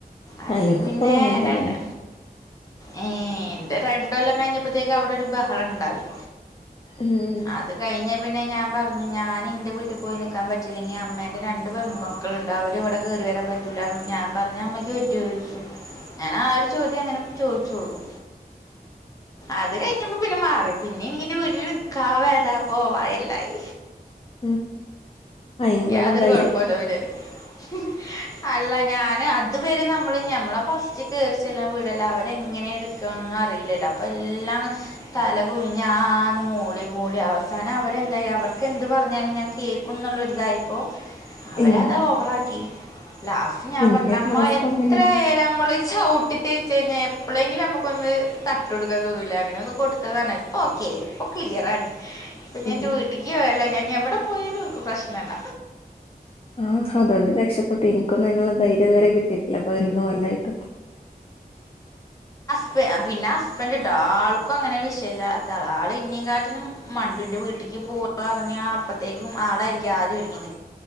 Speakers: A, on the left; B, on the left.
A: അയില്
B: ആഹ് എനിക്കിപ്പളും
A: പിന്നെ
B: അങ്ങനെ തന്നെയാണ്
A: രണ്ട് ഏ ഇന്റെ രണ്ടുകൊല്ലം കഴിഞ്ഞപ്പത്തേക്ക് അവിടെ ഒരു ബഹളണ്ടായി.
B: ഉം
A: അത് കഴിഞ്ഞേപിന്നെ ഞാൻ പറഞ്ഞു ഞാൻ ൻ്റെ വീട്ടിപൊ പോയി നിൽക്കാൻ പറ്റില്ലെങ്കിൽ അമ്മേൻ്റെ രണ്ട് പെൺമക്കളുണ്ട് അവർ ഇവിടെ കയറി വരാൻ പറ്റൂലന് ഞാൻ പറഞ്ഞ അമ്മയ്ക്ക് റ്റൊയ്ച്ചു ഞാൻ ആ ഒരു ചോദ്യം അങ്ങനെ ചോദിച്ചോള്ളു. അത് കഴിഞ്ഞപ്പോ പിന്നെ മാറി പിന്നെ എനിക്ന്റെ വീട്ടിൽ നിക്കാ വരാ പോവാ എല്ലായി.
B: <inaudible> അയിനും
A: യാതൊരു
B: വേണം ധൈര്യം
A: കുഴപ്പല്ലോ ഇല്ലേ ഹ് ഹെ അല്ല ഞാൻ അതുവരെ നമ്മൾ ഞമ്മളെ ഫസ്റ്റ് കയറി ചെല്ലുന്ന വീടെല്ലേ അവരെങ്ങനെ എടുക്കാനൊന്നും അറിയില്ലലോ അപ്പോ എല്ലാം തല കുനിഞ്ഞ് ആ ആന്ന് മൂളി മൂളി അവസാനം അവരെന്തായി അവർക്കെന്ത് പറഞ്ഞാലും ഞാൻ കേക്കുംന്നുള്ളൊരിതായിപ്പോൾ അവരതാ
B: ഉം
A: ഓവറാക്കി. ലാസ്റ്റ് ഞാൻ
B: ഇന്റെയൊക്കെ
A: പറഞ്ഞ നമ്മളത്രയാലും
B: അവസ്ഥ അങ്ങനെയാണ്
A: നമ്മള് ചവിട്ടി തേച്ച് കഴിഞ്ഞ എപ്പളെങ്കിലും നമുക്കൊന്ന് തട്ട് കൊടുക്കാൻ തോന്നൂല്ലേ അങ്ങനെ ഒന്ന് കൊടുത്തതാണ് ഇപ്പ ഓകെ ഇപ്പ ക്ലിയറാണ്. ഇപ്പൊ ഞാന്റെ
B: ഉം
A: വീട്ടക്ക് പോയല്ല ഞാൻ എവിടെ പോയാലും അവർക്ക് പ്രശ്നല്ല.
B: ആഹ് അതുകൊണ്ട് രക്ഷപ്പെട്ടു എനിക്കൊന്നും അയിനുള്ള ധൈര്യം ഇതുവരെ കിട്ടിട്ടില്ല. പതിനൊന്നുകൊല്ലായിട്ട്
A: ഏ പിന്നെ ഹസ്ബൻഡ്ട്ടോ ആൾക്കും അങ്ങനെ വിഷയല്ലാത്ത ആള, ആള് ഇന്നേക്കാട്ടിലും മണ്ടുൻ്റെ വീട്ടിൽ പൂവ്വാറഞ്ഞ അപ്പത്തേക്കും ആളായിരിക്കും ആദ്യം ഒരുങ്ങുന്നെ.